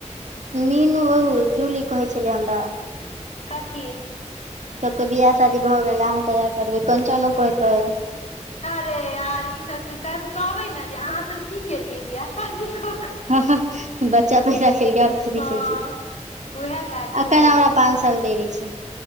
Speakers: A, on the right; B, on the left.
A: मीनू ओ जूली कहै छलिय हमरा
B: कथी
A: सबके बियाह शादी भऽ गेल अहाँ कहिया करबै कन्चनो कहैत रहैय
B: अरे यार ईसभके कहबै ने जे अहाँसभ की केलियै वियाह शादी कऽ कऽ।
A: हँ हँ बच्चा पैदा केलऐ आओर कथि
B: हँ
A: केलऐ
B: उएह काज
A: एखन
B: करै
A: हमरा
B: छी
A: पाँच- फल देबे छै।